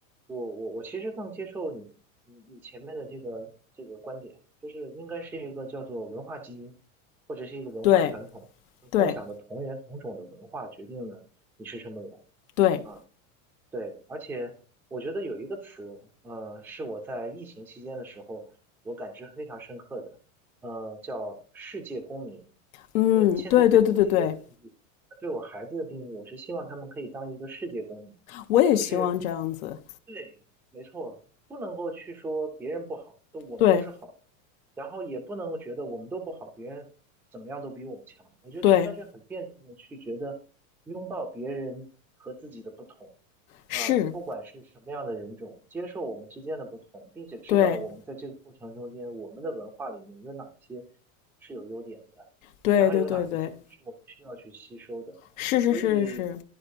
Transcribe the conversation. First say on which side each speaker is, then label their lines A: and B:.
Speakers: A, in the centre; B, on the left.
A: 我我我其实更接受你你你前面的这个这个观点，就是应该是一个叫做文化基因，或者是一个文化传统，
B: 对对
A: 共享的同源同种的文化决定了你是什么人
B: 对，
A: 啊。对，而且我觉得有一个词，呃，是我在疫情期间的时候我感知非常深刻的，呃，叫世界公民。
B: 嗯对对对对对，
A: 我现在对自己的定义，对我孩子的定义，我是希望他们可以当一个世界公民。
B: 我也希望这样子，
A: 就是对，没错，不能够去说别人不好，都我们都是好的，
B: 对
A: 然后也不能够觉得我们都不好，别人怎么样都比我们强。我觉得应该是很辩证的去觉得拥抱别人和自己的不同
B: 对是。
A: 啊，不管是什么样的人种，接受我们之间的不同，并且知道我们在这个过程中间，
B: 对
A: 我们的文化里面有哪一些是有优点的，
B: 对对对对，
A: 然后有哪一些是我们需要去吸收的，
B: 是是是是，
A: 所以。